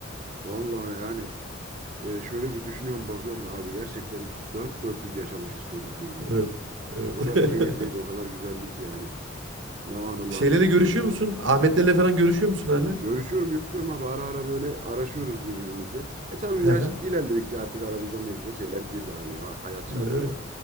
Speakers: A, on the right; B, on the right.
A: Vallahi yani e, şöyle bir düşünüyorum bakıyorum da abi gerçekten dört dörtlük yaşamışız çocukluğumuzu
B: Evet.
A: ya.
B: Evet.
A: O kadar
B: <laughs>
A: keyifliydi o kadar güzeldi ki yani. Ne anılar
B: Şeylerle
A: ne
B: görüşüyor
A: şeyler
B: musun?
A: ya.
B: Ahmetlerle falan görüşüyor musun hala?
A: Görüşüyorum görüşüyorum abi ara ara böyle araşıyoruz birbirimizle. E tabii
B: Hı
A: yaş
B: hı.
A: ilerledikçe artık aramıza mecbur şeyler girdi abi ya hayat şartları.
B: Evet.